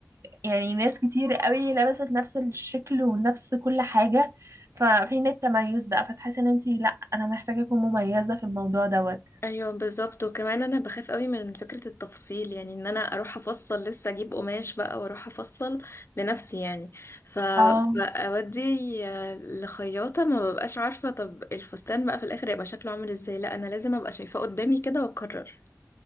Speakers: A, on the right; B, on the left.
A: يعني ناس كتير قوي لبست نفس الشكل ونفس كل حاجة ففين التميز بقى فتحس ان انتي لا انا محتاجة اكون مميزة في الموضوع دوت
B: ايوه بالظبط وكمان انا بخاف قوي من فكره التفصيل يعني ان انا اروح افصل لسه اجيب قماش بقى واروح افصل لنفسي يعني ف...
A: اه
B: فاودي لخياطه ما ببقاش عارفه طب الفستان بقى في الاخر يبقى شكله عامل ازاي لا انا لازم ابقى شايفاه قدامي كده واقرر